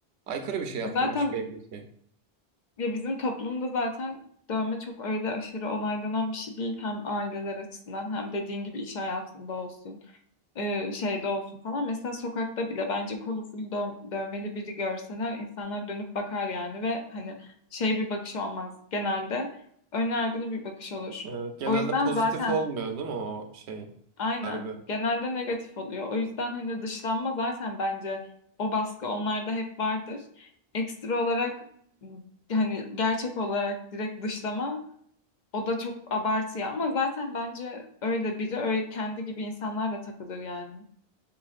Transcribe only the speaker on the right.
Aykırı bir şey
yaptırmış
belli ki.
Evet, genelde
pozitif
olmuyor değil mi o şey
yargı?